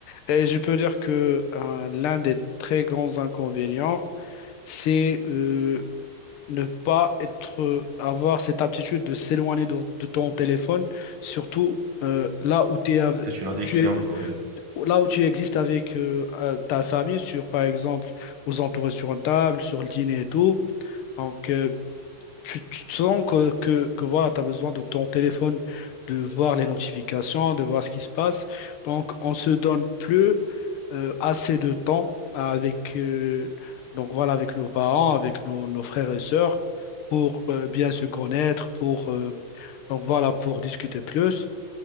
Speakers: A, on the left; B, on the right.
A: Et je peux dire que euh, l'un des très grands inconvénients, c'est euh, ne pas être, avoir cette aptitude de s'éloigner de, de ton téléphone, surtout euh, là où t'es av-
B: C'est une addiction,
A: tu es,
B: ouais,
A: là où tu existes avec euh, euh, ta famille, sur, par exemple, vous entourez sur une table, sur le dîner et tout. Donc, euh, tu, tu te sens que, que, que voilà, tu as besoin de ton téléphone, de voir les notifications, de voir ce qui se passe. Donc, on se donne plus euh, assez de temps avec, euh, donc voilà, avec nos parents, avec nos, nos frères et sœurs pour euh, bien se connaître, pour, euh, donc voilà, pour discuter plus.